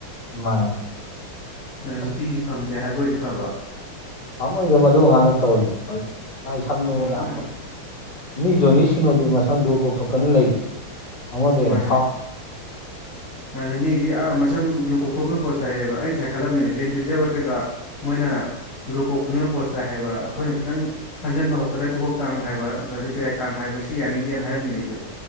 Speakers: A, on the left (about 50°); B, on the left (about 70°).
A: ꯃꯥꯅꯦ
B: ꯅꯨꯄꯤꯁꯤ
A: ꯑꯁ
B: ꯐꯪꯗꯦ ꯍꯥꯏꯕ ꯑꯣꯏꯔꯗꯤ ꯐꯕ
A: ꯄꯥꯝꯃꯨꯢꯗ ꯃꯗꯨ ꯑꯉꯥꯡꯗꯨꯅ ꯇꯧꯔꯤꯗꯣ ꯑꯩꯕꯨ ꯃꯥꯏ ꯁꯥꯛꯇꯨꯅ
B: ꯍꯣꯏ
A: ꯌꯥꯝ
B: ꯃꯥ
A: ꯐꯖ ꯃꯤ ꯖꯣꯅꯤꯁꯤꯡ ꯑꯣꯏꯗꯤ ꯃꯁꯥꯝꯗꯨꯨ ꯀꯣꯛꯊꯣꯛꯇꯅ ꯂꯩꯔꯤ ꯃꯉꯣꯟꯗ ꯍꯦꯟꯅ
B: ꯃꯥꯅꯦ
A: ꯐꯥꯎ
B: ꯑꯗ ꯃꯤꯗꯤ ꯑꯥ ꯃꯁꯝ ꯂꯨꯀꯣꯛꯊꯣꯛꯄꯅ ꯄꯣꯠ ꯆꯩꯥꯏ ꯍꯥꯏꯔꯦꯕ ꯑꯩꯅ ꯁꯥꯏ ꯈꯠꯂꯝꯃꯤꯅꯦ ꯕꯤꯟꯁꯤ ꯖꯦꯜꯔ ꯀꯩꯀꯥ ꯃꯣꯏꯅ ꯂꯨ ꯀꯣꯛꯄꯗꯨꯅ ꯄꯣꯠꯁ ꯇꯥꯏ ꯍꯥꯏꯕ ꯑꯩꯈꯣꯏꯅ ꯈꯤꯇꯪ ꯍꯟꯖꯤꯟꯕ ꯍꯧꯔꯛꯄꯗ ꯊꯨꯀꯣꯛꯇꯥꯡ ꯍꯥꯏꯕ ꯑꯗꯨ ꯆꯤꯔꯥꯏ ꯇꯥꯡ ꯍꯥꯏꯕꯁꯤ ꯌꯥꯅꯤꯡꯗꯦꯅ ꯍꯥꯏꯔꯝꯃꯤꯅꯦ ꯑꯩꯁꯨ